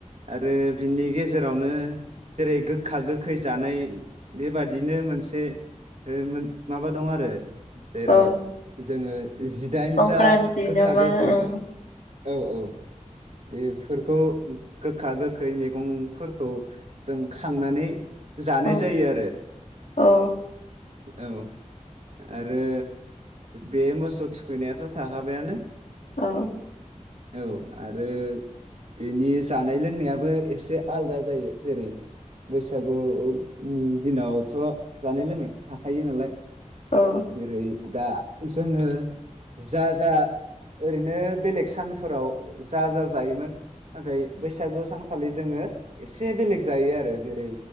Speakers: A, on the right (about 60°); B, on the left (about 85°).
A: आरो बिनि गेजेरावनो जेरै गोखा गोखै जानाय । बेबादिनो मोनसे ओ माबा दं आरो । जेराव
B: औ
A: जोङो जिदाइनथा
B: संक्रान्ति
A: गोखा
B: नामा
A: गोखै
B: औ
A: औ औ बे फोरखौ गोखा गोखै मैगं'फोरखौ जों खांनानै जानाय
B: औ
A: जायो आरो
B: औ
A: औ । आरो बे मोसौ थुखैनायाथ' थाखाबायानो ।
B: औ ।
A: औ आरो बेनि जानाय लोंनायाबो एसे आलदा जायो जेरै बैसागुनि दिनावथ' जानाय लोंनायखौ थाखायो नालाय
B: औ
A: जेरै दा जोङो जा जा ओरैनो बेलेग सानफोराव जा जा जायोमोन नाथाय बैसागु सानखालि जोङो एसे बेलेग जायो आरो जेरै